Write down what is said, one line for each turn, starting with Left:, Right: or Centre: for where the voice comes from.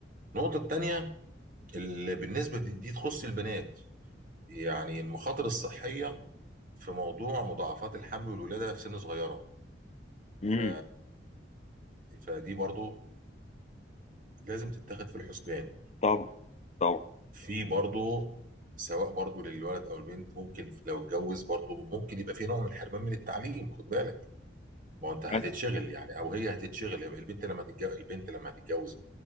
Right: النقطة التانية اللي بالنسبة دي, دي تخص البنات يعني المخاطر الصحية في موضوع مضاعفات الحمل والولادة في سن صغيرة
Left: امم
Right: ف... فدي برضو لازم تتاخد في الحسبان
Left: طبعا طبعا
Right: في برضو سواء برضو للولد او البنت ممكن لو اتجوز برضو ممكن يبقى في نوع من الحرمان من التعليم خد بالك ما هو انت هتتشغل
Left: بس
Right: يعني او هي هتتشغل البنت لما تتجوز البنت لما هتتجوز